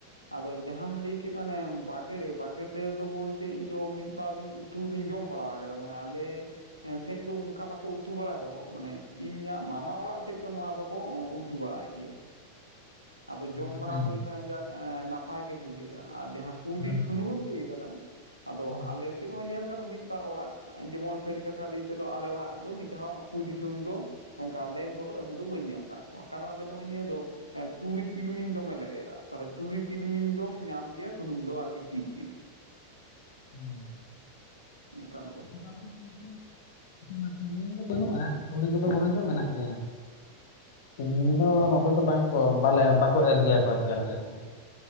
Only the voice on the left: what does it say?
ᱵᱟᱠᱲᱮ
ᱫᱚ
ᱦᱮᱸ
ᱦᱮᱸ
<unintelligible>
<unintelligible> <unintelligible> ᱫᱚ ᱵᱟᱹᱱᱩᱜᱼᱟ ᱠᱩᱲᱤ ᱠᱚᱫᱚ ᱵᱚᱨᱚᱝᱪᱚ ᱢᱮᱱᱟᱜ ᱜᱮᱭᱟ ᱛᱤᱞᱢᱤᱧ
ᱫᱚ ᱱᱚᱛᱮ ᱫᱚ ᱵᱟᱝᱠᱚ ᱵᱟᱞᱮ ᱵᱟᱠᱚ ᱮᱨ ᱜᱮᱭᱟ ᱠᱚ ᱟᱨᱠᱤ ᱟᱞᱮ ᱥᱮᱫ ᱫᱚ